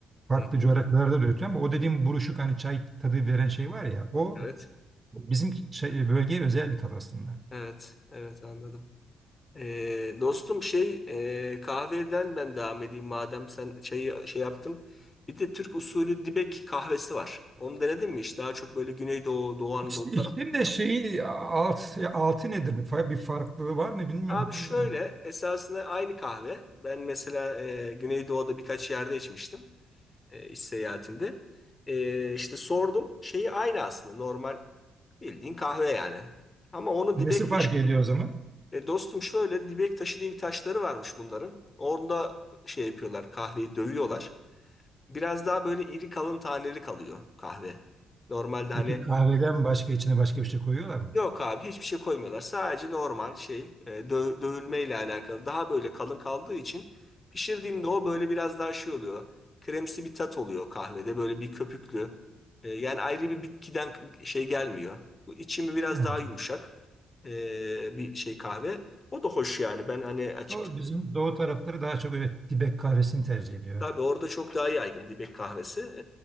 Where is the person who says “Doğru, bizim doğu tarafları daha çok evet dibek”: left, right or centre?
Right